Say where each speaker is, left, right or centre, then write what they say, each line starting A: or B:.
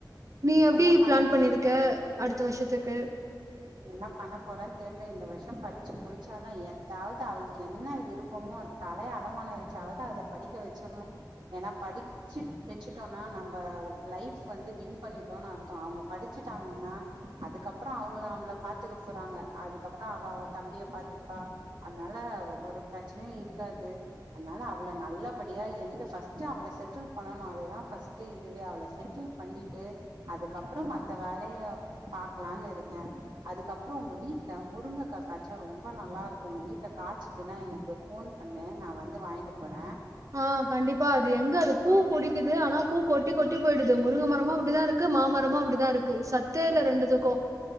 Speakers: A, on the right; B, on the right.
A: நீ எப்டி
B: என்ன பண்ண
A: பிளான் பண்ணி இருக்க அடுத்த வருஷத்துக்கு
B: என்ன பண்ண போறேன் தெர்ல இந்த வருஷம் படிச்சு முடிச்சாதா எதாவ்து அவுளுக்கு என்ன விருப்பமோ தலைய அடமான வெச்சாவ்து அத படிக்க வெச்சிர்ணு ஏன்னா படிப் சிட் வெச்சுட்டோனா நம்ப லைஃப் வந்து வின் பண்ணிட்டோன் அர்த்தோ அவுங்க படிச்சிட்டாங்கன்னா அதுக்கப்றோ அவுங்க நம்பள பாத்துக்க போறாங்க அதுக்கப்றோ அவ அவ தம்பிய பாத்துப்பா அதனால ஒரு பிரச்சனையு இருக்காது அதனால அவள நல்லபடியா எந்த ஃபஸ்ட்டு அவள செட்டில் பண்ணனு அது தா ஃபஸ்ட்டு இதுவே அவள செட்டில் பண்ணிட்டு அதுக்கப்றம் மத்த வேலைய பாக்கலான் இருக்கே அதுக்கப்றோ உங்க வீட்ல முருங்கக்கா காச்சா ரொம்ப நல்லாருக்கு உங்க வீட்ல காச்சதுன்னா எனக்கு ஃபோன் பண்ணு நா வந்து வாய்ங்ட்டு போற
A: ஆ கண்டிப்பா அது எங்க அது பூ புடிக்குது ஆனா பூ கொட்டி கொட்டி போயிடுது முருங்க மரமா அப்டிதா இருக் க்கு மாமரமு அப்டிதா இருக்கு சத்தே இல்ல ரெண்டுதுக்கும்